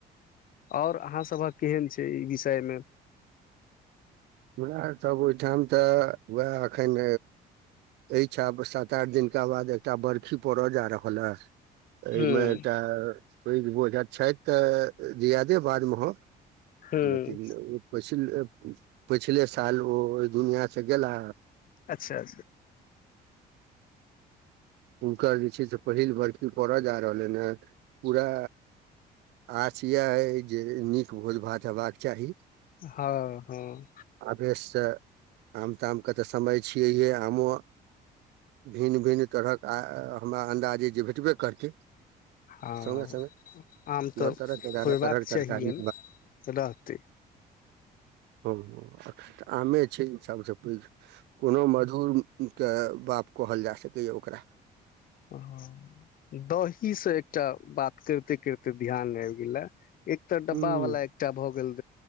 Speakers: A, on the left; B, on the right.
A: आओर अहाँसभक केहन छै ई विषयमे।
B: हमरा सब ओहिठाम तऽ वह अखन अ छ सात आठ दिनका बाद एकटा बर्फी पड़य जा रहल हे एहिमे
A: हूँ
B: एकटा ओ बोझ छथि तऽ जियादे बादमे हो।
A: हूँ
B: न पी ह। पिछले साल ओ ओहि दुनिआ से गेला
A: अच्छा।
B: हुनकर जे छै से पहिल बर्की पड़य जा रहलनि हे पूरा आस इएह अइ जे नीक भोज भात हेबाक चाही।
A: हँ हँ।
B: आवेशसँ आम तामके त समय छियैहे आमो भिन्न भिन्न तरहक आ हमरा अन्दाजे जे भेटबे करतै।
A: हँ
B: सङ्गे सङ्गे
A: आम त
B: नओ तरहक एगारह
A: खुएबाक
B: तरहक तरकारी
A: चाहियै ने रहतै।
B: ह। त आमे छै सभसँ पैघ कोनो मधूर के बाप कहल जा सकैया ओकरा।
A: ह दहीसँ एकटा बात करिते करिते ध्यान आबि गेले। एक तर डब्बा
B: हूँ
A: वाला एकटा भऽ गेल